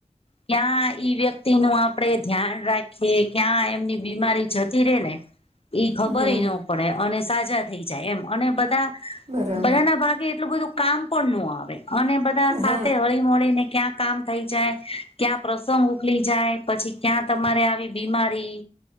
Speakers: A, on the left; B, on the right.
A: ત્યાં ઈ વ્યક્તિ નું આપડે ધ્યાન રાખીએ ક્યાં એમની બીમારી જતી રે ને.
B: <inaudible>
A: એ ખબરેય
B: હમ
A: નો પડે અને સાજા થઈ જાય એમ અને બધા
B: બરાબર
A: બધાના ભાગે એટલું બધું કામ પણ નો આવે અને બધા
B: હમ
A: સાથે હળી મળીને ક્યાં કામ થઈ જાય, ક્યાં પ્રસંગ ઉકલી જાય, પછી ક્યાં તમારે આવી બીમારી.